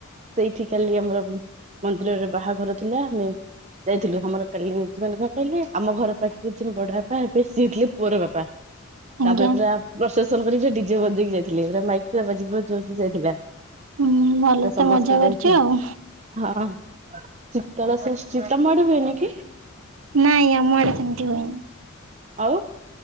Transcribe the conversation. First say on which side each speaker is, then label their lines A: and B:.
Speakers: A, on the right; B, on the right.
A: ସେଇଠି କାଲି ଆମର୍ ଉଁ ମନ୍ଦିରରେ ବାହାଘର ଥିଲା ଆମେ। ଯାଇଥିଲୁ ଆମର କାଲି ହଉଚି ମାନେ କଣ କହିଲେ ଆମ ଘର ପାଖରେ ଯିଏ ମୋ ବଡ଼ ବାପା ହେବେ ସିଏ ଥିଲେ ପୁଅର ବାପା।
B: ଆଜ୍ଞା।
A: ତାପରେ ପୁରା ପ୍ରଶେସନ୍ କରିିକି ଯେ ଡି ଜେ ବଜେଇକି ଯାଇଥିଲେ ପୁରା ମାଇକ୍ ପୁରା ବାଜିକି ପୁରା ଜୋରସେ ଯାଇଥିଲା।
B: ହୁଁ ଭଲ
A: ପୁରା ସମସ୍ତେ
B: ତ ମଜା
A: ଯାଇଥିଲୁ
B: କରିଚୁ ଆଉ।
A: ହଁ ଶୀତଳ ଷଷ୍ଠୀ ତମ ଆଡ଼େ ହୁଏନି କି?
B: ନାଇଁ ଆମ ଆଡ଼େ ସେମିତି ହୁଏନି।
A: ଆଉ